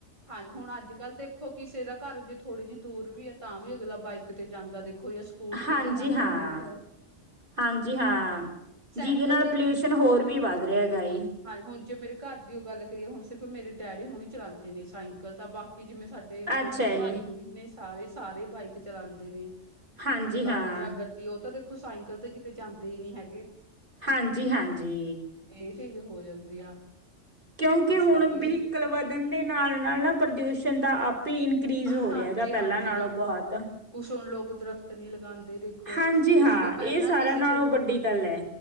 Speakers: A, on the right; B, on the right.
A: ਹਾਂਜੀ ਹੁਣ ਅੱਜ ਕੱਲ੍ਹ ਤੇ ਕਿਸੇ ਦਾ ਘਰ ਜੇ ਥੋੜੀ ਜਿਹੀ ਦੂਰ ਵੀ ਆ, ਤਾਂ ਵੀ ਅਗਲਾ ਬਾਈਕ ਤੇ ਜਾਂਦਾ ਦੇਖੋ ਯ ਸਕੂਟਰੀ
B: ਹਾਂਜੀ
A: ਤੇ ਜਾਂਦਾ
B: ਹਾਂ,
A: ਦੇਖੋ
B: ਹਾਂਜੀ ਹਾਂ
A: ਸਾਈਕਲ
B: ਜਿਹਦੇ ਨਾਲ ਪੋਲਿਊਸ਼ਨ ਹੋਰ ਵੀ ਵੱਧ ਰਿਹਾ ਹੈਗਾ ਜੀ
A: ਹਾਂਜੀ ਹੁਣ ਜੇ ਮੇਰੇ ਘਰ ਦੀ ਉਹ ਗੱਲ ਕਰੀਏ, ਹੁਣ ਸਿਰਫ਼ ਮੇਰੇ ਡੈਡੀ ਹੁਣੇ ਹੀ ਚਲਾਉਂਦੇ ਨੇ ਸਾਈਕਲ ਤਾਂ ਬਾ ਕਿ ਜਿਵੇਂ ਸਾਡੇ ਅੱਗੇ
B: ਅੱਛਾ
A: ਮੇਰੇ
B: ਜੀ,
A: ਭਾਈ ਹੋਏ ਨੇ ਸਾਰੇ, ਸਾਰੇ ਬਾਈਕ ਚਲਾਉਂਦੇ ਨੇ
B: ਹਾਂਜੀ
A: ਲਗਾ
B: ਹਾਂ।
A: ਲੋ ਜਾਂ ਗੱਡੀ, ਉਹ ਤਾਂ ਦੇਖੋ ਸਾਇਕਲ ਤੇ ਕਿਤੇ ਜਾਂਦੇ ਹੀ ਨਹੀਂ ਹੈਗੇ
B: ਹਾਂਜੀ ਹਾਂਜੀ
A: ਇਹ ਚੀਜ਼ ਹੋ ਜਾਂਦੀ ਆ
B: ਕਿਉਂਕਿ
A: ਇਸ
B: ਹੁਣ
A: ਕਰਕੇ
B: ਵੀਹਕਲ ਵਧਣ ਦੇ ਨਾਲ ਨਾਲ ਨਾ ਪ੍ਰਦੂਸ਼ਣ ਦਾ ਆਪ ਹੀ ਇਨ ਇਨਕਰੀਜ਼ ਹੋ
A: ਹਾਂਜੀ
B: ਰਿਹਾ ਹੈਗਾ, ਪਹਿਲਾਂ
A: ਹਾਂਜੀ
B: ਨਾਲੋਂ
A: ਦੇਖੋ
B: ਬਹੁਤ
A: ਕੁਛ ਹੁਣ ਲੋਕ ਦਰਖਤ ਨਹੀਂ ਲਗਾਉਂਦੇ ਦੇਖੋ,
B: ਹਾਂਜੀ ਹਾਂ
A: ਉਸ ਪਹਿਲਾਂ
B: ਇਹ ਸਾਰਿਆਂ
A: ਕੀ ਸੀ
B: ਨਾਲੋਂ
A: ਚਲੋ
B: ਵੱਡੀ ਗੱਲ ਹੈ।